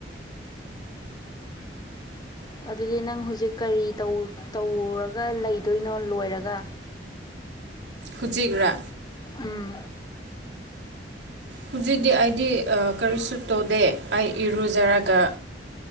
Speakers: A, on the left (about 25°); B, on the right (about 80°).
A: ꯑꯗꯨꯗꯤ ꯅꯪ ꯍꯧꯖꯤꯛ ꯀꯔꯤ ꯇꯧꯔꯒ ꯂꯩꯗꯣꯏꯅꯣ ꯂꯣꯏꯔꯒ
B: ꯍꯨꯖꯤꯒ꯭ꯔꯥ
A: ꯎꯝ
B: ꯍꯧꯖꯤꯛꯇꯤ ꯑꯩꯗꯤ ꯀꯔꯤꯁꯨ ꯇꯧꯗꯦ ꯑꯩ ꯏꯔꯨꯖꯔꯒ